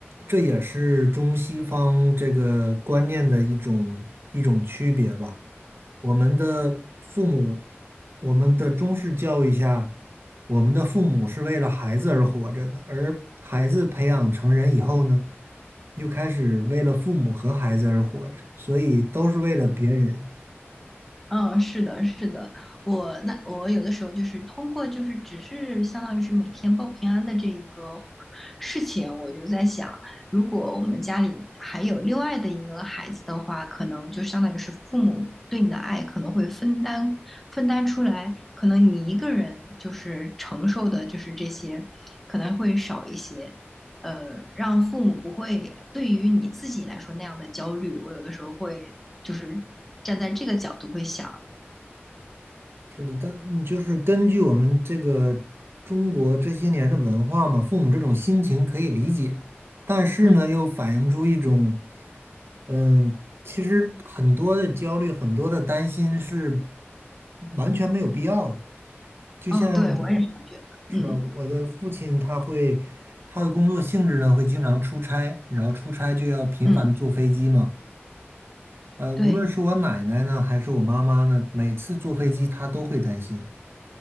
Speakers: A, on the right; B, in the centre.
A: 这也是中西方这个观念的一种一种区别吧。我们的父母，我们的中式教育下。我们的父母是为了孩子而活着的，而孩子培养成人以后呢，又开始为了父母和孩子而活着，所以都是为了别人，
B: 嗯，是的，是的，我那我有的时候就是通过就是只是相当于是每天报平安的这一个事情，我就在想，如果我们家里还有另外的一个孩子的话，可能就相当于是父母对你的爱可能会分担分担出来，可能你一个人就是承受的就是这些可能会少一些，呃，让父母不会对于你自己来说那样的焦虑。我有的时候会就是站在这个角度会想。
A: 是的，但嗯就是根据我们这个中国这些年的文化嘛，父母这种心情可以理解，但是呢，
B: 嗯，
A: 又反映出一种，嗯，其实很多的焦虑，很多的担心是完全没有必要的。就像
B: 哦，对，我也是这样觉得。
A: 是吧，
B: 嗯
A: 我的父亲他会，他的工作性质呢会经常出差，然后出差就要频繁坐飞机嘛。
B: 嗯，
A: 呃，无论是我奶奶呢，
B: 对
A: 还是我妈妈呢，每次坐飞机她都会担心。